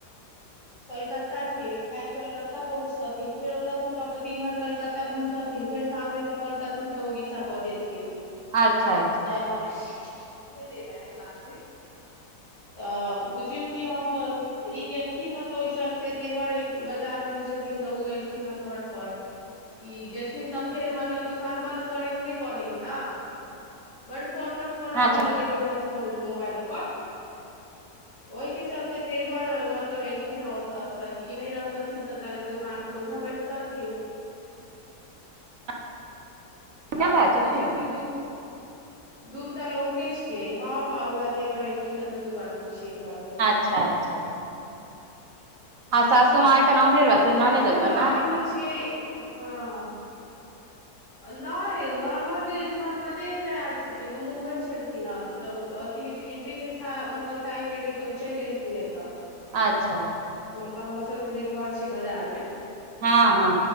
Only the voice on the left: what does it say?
कलकत्ता के काल्हि कलकत्ता पहुँचतथिन फेर ओतयसँ प कऽ दिन भरि कलकत्ता घुमतथिन फेर शाममे पकड़तथिन तऽ उड़ीसा ख जेथिन
सैह कते देर है क्लास मे तऽ बुझियौ के हम ई गेलखिन हँ तऽ ओहि चलते देवर एगो बाजार रहै छथिन तऽ ओ एलखिन हे घर पर ई जेथिन तऽ फेर मतलब दु दोकान बंन्द करे मे नई बने है ने बड़ फोन पर फोन आबऽ
लगे है फोन मोबाईल पर ओहिके चलते देबरमतलव एल खिन है ओतयसँ कि ई नहि रहतथिन तऽ ताले दोकान पर उएह बैठतथिन
तऽ
बुझियौ कि दू दूटा लोके छियै हम उहे देवर एलखिन हँ तऽ दू आदमी छियै घर मे
देखियौ
ने
आम छियै हँ नई ननदे एतऽ आयल छथिन ओ मुम्बई छलखिन हँ तऽ अथि के डिलिवरी के सा मतलब टाइम एलै तऽ ओ चलि एलखिन एतऽ
मतलब हमर सबके जे घर छै बाजार मे